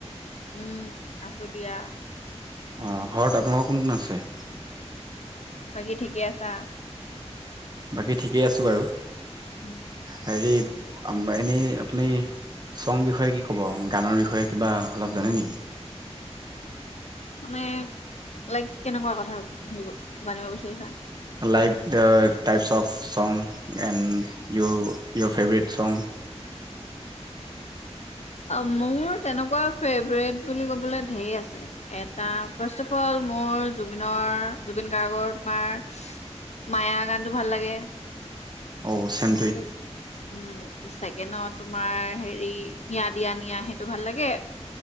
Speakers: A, on the left; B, on the right.
A: উম উ উ, আছো দিয়া।
B: অ অ অ, ঘৰত আপোনালোকৰ কোন কোন আছে?
A: বাকী ঠিকেই আছা।
B: বাকী ঠিকেই আছো বাৰু।
A: উমহু উ।
B: হেৰি‌ আম বা এনেই আপুনি চং বিষয়ে কি ক'ব গানৰ বিষয়ে কিবা অলপ জানে নেকি?
A: মানে লাইক কেনেকুৱা কথা সুধিব জানিব বিচাৰিছা।
B: আ like their types of song. And you your favourite song.
A: অ মোৰ তেনেকুৱা ফেভৰেট বুলি কবলৈ ধেৰ আছে। এটা ফাৰ্ষ্ট অফ মোৰ জুবিনৰ জুবিন গাৰ্গৰ তোমাৰ মায়া গানটো ভাল লাগে
B: ঔ চেম
A: উম চেকেনত তোমাৰ হেৰি হিয়া দিয়া নিয়া সেইটো ভাল লাগে